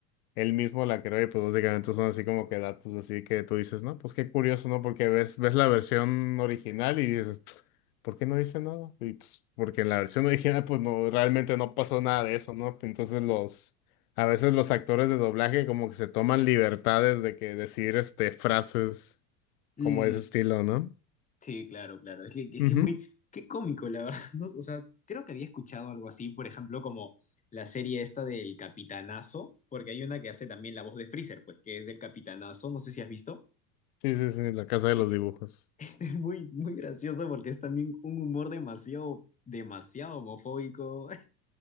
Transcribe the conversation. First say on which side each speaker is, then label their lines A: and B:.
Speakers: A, on the left; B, on the left.
A: él mismo la creó y pues básicamente son así como que datos así que tú dices, no, pues qué curioso, ¿no? Porque ves, ves la versión original y dices, ¿por qué no dice nada? Y pues porque en la versión original pues no, realmente no pasó nada de eso, ¿no? Entonces los, a veces los actores de doblaje como que se toman libertades de que decir este frases
B: Mm,
A: como ese estilo, ¿no?
B: Sí, claro, claro. Es que, es
A: Ujú.
B: que es muy, qué cómico, la verdad. <laughs> ¿no? O sea, creo que había escuchado algo así, por ejemplo, como la serie esta del Capitanazo, porque hay una que hace también la voz de Freezer, pues, que es del Capitanazo, no sé si has visto,
A: Sí, sí, sí, la casa de
B: que
A: los dibujos.
B: <laughs> es muy, muy gracioso porque es también un humor demasiado, demasiado homofóbico, <laughs>